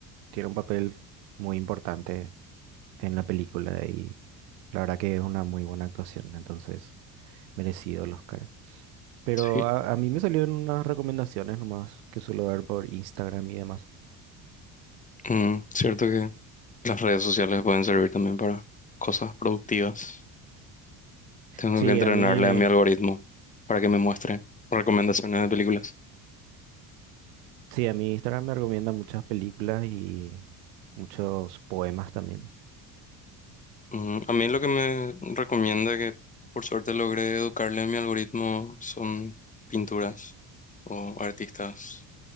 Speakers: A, on the right (about 85°); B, on the left (about 15°).
A: tiene un papel muy importante en la película y la verdad que es una muy buena actuación, entonces merecido el Oscar. Pero
B: Sí,
A: a, a mí me salieron unas recomendaciones nomás que suelo ver por Instagram y demás.
B: Mm, cierto que las redes sociales pueden servir también para cosas productivas. Tengo
A: Sí,
B: que entrenarle
A: a mí,
B: a mi algoritmo para que me muestre recomendaciones de películas.
A: sí, a mí Instagram me recomienda muchas películas y muchos poemas también.
B: Mm, a mí lo que me recomienda que por suerte logré educarle a mi algoritmo son pinturas o artistas